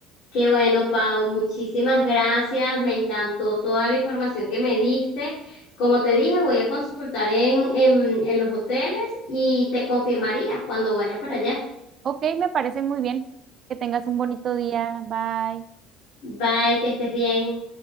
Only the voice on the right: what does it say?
Ok, me parece muy bien. Que tengas un bonito día. Bye.